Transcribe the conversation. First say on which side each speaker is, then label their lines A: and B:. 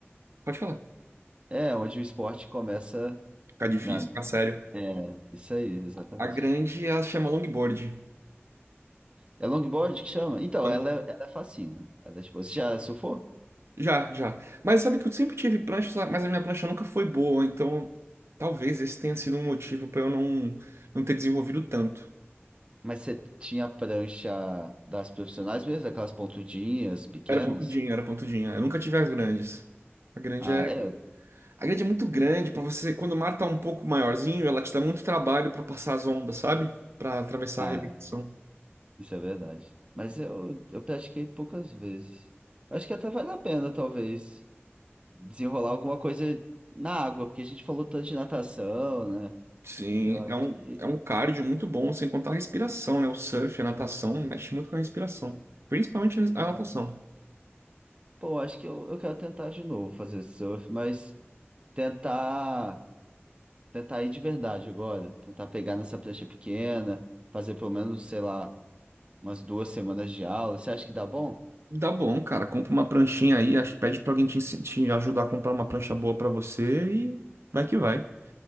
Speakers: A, on the right; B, on the right.
A: Pode falar.
B: é onde o esporte começa
A: Fica difícil,
B: na,
A: fica sério.
B: é, isso aí, exatamente.
A: A grande ela chama longboard.
B: É longboard que chama? Então,
A: Long-
B: ela, é- ela é fascina. Ela é tipo, você já surfou?
A: Já, já. Mas sabe que eu sempre tive prancha, sabe? mas a minha prancha nunca foi boa, então talvez esse tenha sido um motivo pra eu não, não ter desenvolvido tanto.
B: Mas você tinha a prancha das profissionais mesmo, aquelas pontudinhas pequenas?
A: Era pontudinha, era pontudinha. Eu nunca tive as grandes. A grande
B: Ah,
A: é,
B: é.
A: a grande é muito grande para você. Quando o mar tá um pouco maiorzinho, ela te dá muito trabalho para passar as ondas, sabe? Para atravessar
B: Ah,
A: a arrebentação.
B: Isso é verdade. Mas eu, eu pratiquei poucas vezes. Acho que até vale a pena, talvez, desenrolar alguma coisa na água, porque a gente falou tanto de natação, né?
A: Sim,
B: Eu acho
A: é um,
B: que.
A: é um cardio muito bom, sem contar a respiração, né? O surf, a natação, mexe muito com a respiração. Principalmente a res- a
B: é.
A: natação.
B: Pô, acho que eu, eu quero tentar de novo fazer surf, mas tentar, tentar ir de verdade agora. Tentar pegar nessa prancha pequena, fazer pelo menos, sei lá, umas duas semanas de aula. Você acha que dá bom?
A: Dá bom, cara. Compra uma pranchinha aí, acho- pede pra alguém te, ensi- te ajudar a comprar uma prancha boa pra você e vai que vai.